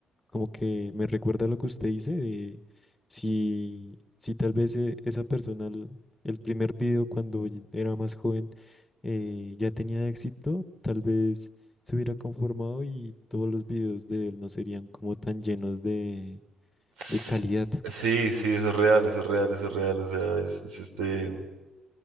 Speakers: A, on the left; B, on the right.
A: como que me recuerda lo que usted dice de si, si tal vez eh, esa persona, el, el primer video cuando y- era más joven, eh, ya tenía éxito, tal vez se hubiera conformado y todos los videos de él no serían como tan llenos de,
B: Ts-
A: de calidad.
B: Sí, sí, eso es real, eso es real, eso es real. O sea, es, es este...